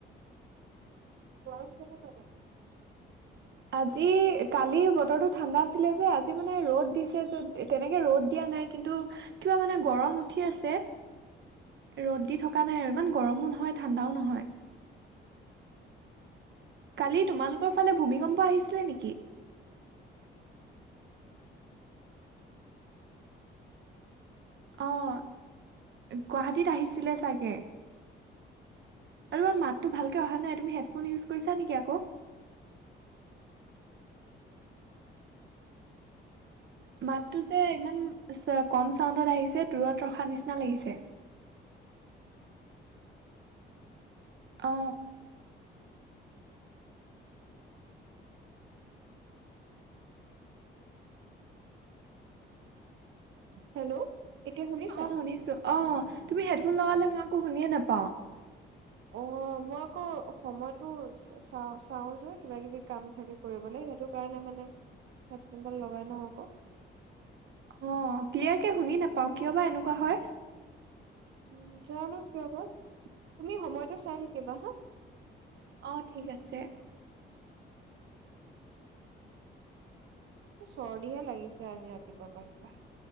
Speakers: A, on the right; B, on the right.
A: গৰম কেনেকোৱা চাগন
B: আজি কালি বতৰটো ঠাণ্ডা আছিলে, যে আজি মানে ৰ'দ দিছে য'ত তেনেকে ৰ'দ দিয়া নাই, কিন্তু কিবা মানে গৰম উঠি আছে ৰ'দ দি থকা নাই আৰু ইমান গৰমো নহয় ঠাণ্ডাও নহয়। কালি তোমালোকৰ ফালে ভূমিকম্প আহিছিলে নেকি। অঁ গুৱাহাটীত আহিছিলে চাগে। আৰু মাততো ভালকে অহা নাই তুমি হেডফোন ইউজ কৰিছা নেকি? ক আকৌ মাতটো যে ইমান কম চাউডত আহিছে দূৰত ৰখা নিচিনা লাগিছে। অ
A: হেল্ল' এতিয়া শুনিছা
B: অ শুনিছো অ তুমি হেডফোন লগালে মই একো শুনে নাপাওঁ।
A: অ মই আকৌ সময়তটো চা চাও যে কিবা কিবি কাম থাকে কৰিবলৈ সেইটো কাৰণে মানে হেডফোনডাল লগাই ন আকৌ।
B: অ ক্লিয়াৰকে শুনি নাপাওঁ কিয় বা এনেকুৱা হয়।
A: উ জানো কিয় বা তুমি সময়টো চাই থাকিবা হা।
B: অ ঠিক আছে।
A: <unintelligible> চৰ্দিহে লাগিছে আজি ৰাতিপুৱা পৰা